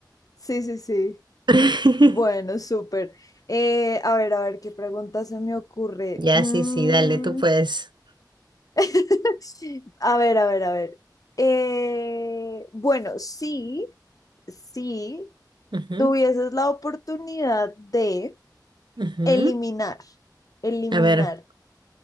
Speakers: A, on the left; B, on the right.
A: Sí, sí, sí.
B: <laughs>
A: Bueno, súper. Eh, a ver, a ver, ¿qué pregunta se me ocurre?
B: Ya,
A: Mm.
B: sí, sí, dale, tú puedes.
A: <laughs> A ver, a ver, a ver. Eh, bueno, sí, sí,
B: Ujú,
A: tuvieses la oportunidad de
B: ujú.
A: eliminar, eliminar,
B: A ver,